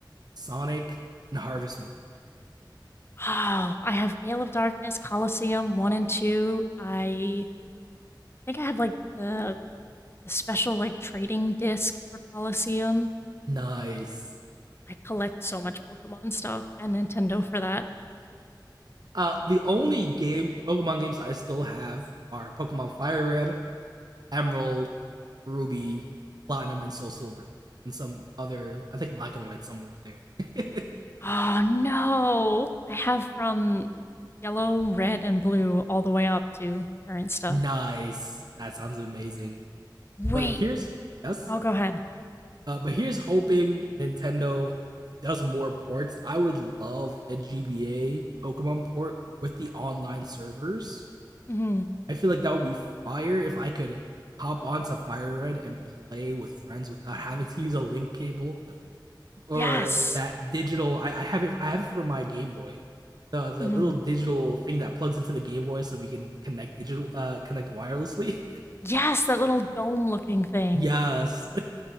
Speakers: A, on the right (about 55°); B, on the left (about 30°).
A: Sonic, and Harvest Moon.
B: Oh, I have Gale of Darkness, Coliseum 1 and 2. I think I have like the, the special like trading disc for Coliseum.
A: <laughs> nice.
B: I collect so much Pokemon stuff and Nintendo for that.
A: Uh, the only game Pokemon games I still have are Pokemon Fire Red, Emerald, Ruby, Platinum, and Soul Silver, and some other. I think Black and White somewhere in there.
B: Oh no! I have from yellow, red, and blue all the way up to current
A: <laughs>
B: stuff.
A: nice. That sounds amazing.
B: Wait.
A: But here's yes,
B: Oh, go ahead.
A: Uh, but here's hoping Nintendo does more ports. I would love a GBA Pokemon port with the online servers.
B: hmm
A: I feel like that would be fire if I could hop onto Fire Red and play with friends without having to use a link cable or
B: Yes.
A: that digital. I, I have it. I have it for my Game Boy. The the
B: hmm
A: little digital thing that plugs into the Game Boy so we can connect digital uh connect wirelessly.
B: Yes, that little dome looking thing.
A: <laughs> yes.